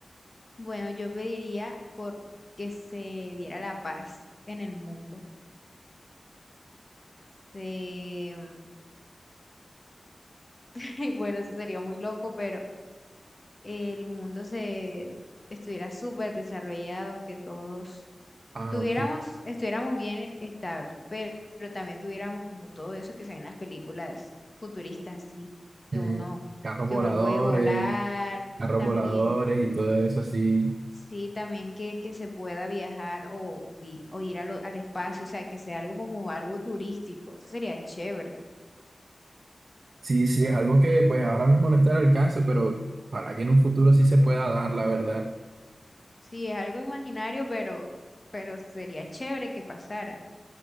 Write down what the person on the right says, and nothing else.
Ah,
ok.
Mm,
carros
voladores,
carros
voladores y todo eso, sí.
Sí, sí, es algo que pues ahora mismo no está al alcance, pero ojalá que en un futuro sí se pueda dar, la verdad.